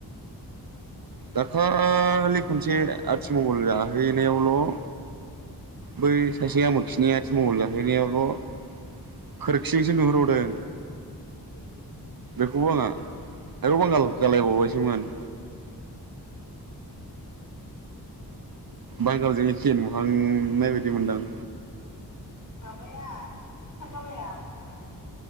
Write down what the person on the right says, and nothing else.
दाखालि खनसे आथिमंगल जाहैनायावल' बै सासे आमोखिनि आथि मंगल जाहैनायावल'
खोरखिजोंसो नुहुरबावदों
बेखौबो आंहा आइयौ बांगाल जालायबावबायसोमोन बांगालजों एखे नुहांनाय बायदि मोनदां